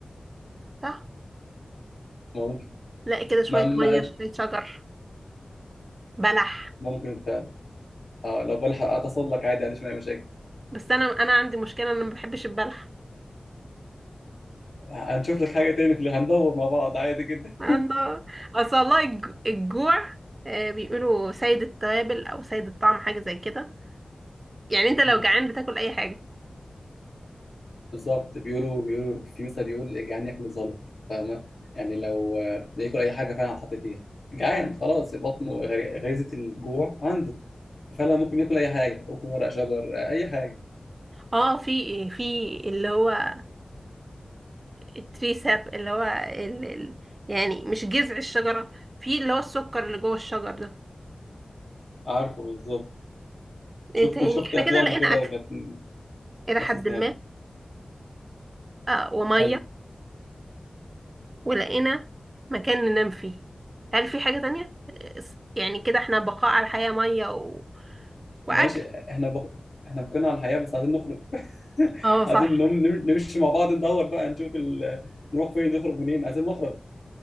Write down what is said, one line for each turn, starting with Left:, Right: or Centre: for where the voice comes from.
Right: صح
Left: ممكن
Right: تلاقي كده شويه
Left: ما ما-
Right: ميه شويه شجر بلح
Left: ممكن فعلا اه لو بلحق اتصل لك عادي ما عنديش اي مشاكل
Right: بس انا انا عندي مشكله انا ما بحبش البلح
Left: هنشوف لك حاجه تاني في اللي هندور مع بعض عادي جدا
Right: الله اصل والله الج- الجوع آه، بيقولوا سيد التوابل او سيد الطعم حاجه زي كده يعني انت لو
Left: مم.
Right: جعان بتاكل اي حاجه
Left: بالظبط بيقولوا بيقولوا في مثل بيقول الجعان ياكل الزلط فاهمه يعني لو آه، ياكل اي حاجه فعلا حطيتيها جعان خلاص بطنه غري- غريزه الجوع عنده فعلا ممكن ياكل اي حاجه ممكن ورق شجر آه، اي حاجه
Right: اه في إيه؟ في اللي هو آه، التريساب اللي هو ال... ال... يعني مش جذع الشجره في اللي هو السكر اللي جوه الشجر ده
Left: عارفه بالظبط شفت
Right: ايه تاني
Left: شفت
Right: احنا
Left: افلام
Right: كده لقينا
Left: وكده
Right: اكل
Left: كانت
Right: الى
Left: نفس
Right: حد
Left: السيناريو
Right: ما اه وميه
Left: حلو
Right: ولقينا مكان ننام فيه هل في حاجه تانية آه، يعني كده احنا بقاء على الحياه ميه و... واكل
Left: ماشي احنا بق... احنا بقينا على الحياة بس عايزين نخرج <laughs>
Right: اه صح
Left: عايزين نم... نم- نمشي مع بعض ندور بقى نشوف ال... نروح فين نخرج منين عايزين نخرج